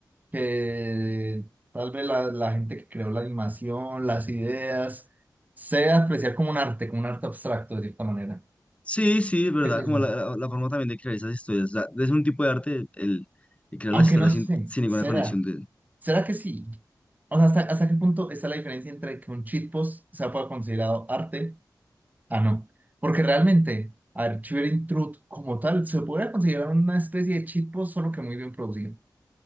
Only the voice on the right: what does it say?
que tal vez la, la gente que creó la animación, las ideas, se apreciar como un arte, como un arte abstracto de cierta manera.
¿Qué es eso?
Aunque
no sé,
¿será?
¿Será que sí? O sea, ¿hasta, hasta qué punto está la diferencia entre que un cheat post sea pueda considerado arte? Ah, no. Porque realmente, a ver, Cheer Truth como tal se podría considerar una especie de cheat post, solo que muy bien producido.